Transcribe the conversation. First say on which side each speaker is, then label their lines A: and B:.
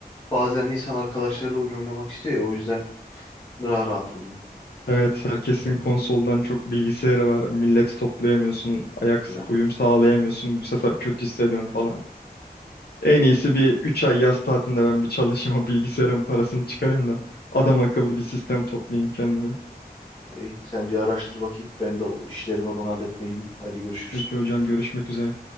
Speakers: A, on the left; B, on the left.
A: Bazen de insan arkadaşlarıyla oyun oynamak istiyor ya o yüzden daha rahat oluyor.
B: Evet herkesin konsoldan çok bilgisayarı var. Milleti toplayamıyorsun, ayak
A: Ne?
B: uyum sağlayamıyorsun. Bu sefer kötü hissediyorsun falan. En iyisi bir 3 ay yaz tatilinde ben bir çalışayım o bilgisayarın parasını çıkarayım da adam akıllı bir sistem toplayayım kendime.
A: İyi, sen bir araştır bakayım. Ben de o işleri var onu halletmeye gideyim. Hadi görüşürüz.
B: Peki hocam görüşmek üzere.